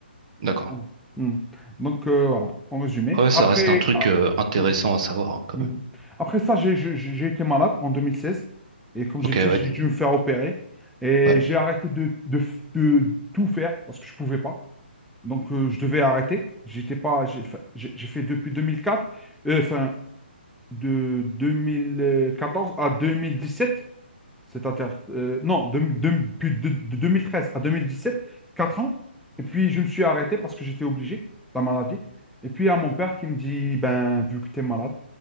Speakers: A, on the right; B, in the centre.
A: D'accord.
B: Voilà. Hmm. Donc, euh, voilà, en résumé.
A: Ah Ouais, ça
B: Après,
A: reste un truc
B: ah,
A: euh, intéressant
B: oui.
A: à savoir hein, quand
B: Mhm.
A: même.
B: Après ça, j'ai j'ai- j'ai été malade en deux mille seize Et comme
A: Ok,
B: j'ai dit,
A: ouais,
B: j'ai dû me faire opérer. Et
A: ouais.
B: j'ai arrêté de, de, f- de tout faire parce que je ne pouvais pas. Donc, euh, je devais arrêter. J'étais pas, j'ai fa- j'ai- j'ai fait depuis 2004, euh, enfin, de 2014 à 2017. Cette inter... euh, non, de, de- depuis de- de 2013 à 2017, 4 ans. Et puis, je me suis arrêté parce que j'étais obligé, la maladie. Et puis, il y a mon père qui me dit, ben, vu que tu es malade,